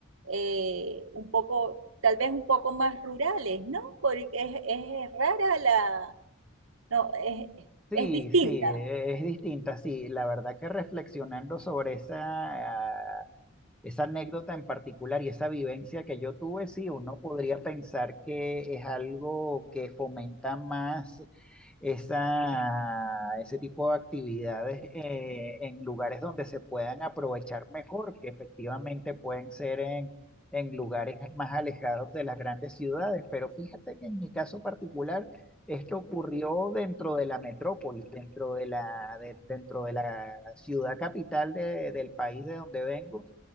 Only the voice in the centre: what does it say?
Sí,
sí, e- es distinta, sí, la verdad que reflexionando sobre esa esa anécdota en particular y esa vivencia que yo tuve, sí, uno podría pensar que es algo que fomenta más esa, ese tipo de actividades eh, en lugares donde se puedan aprovechar mejor, que efectivamente pueden ser en, en lugares más alejados de las grandes ciudades. Pero fíjate que en mi caso particular, esto ocurrió dentro de la metrópoli, dentro de la, de- dentro de la ciudad capital de- del país de donde vengo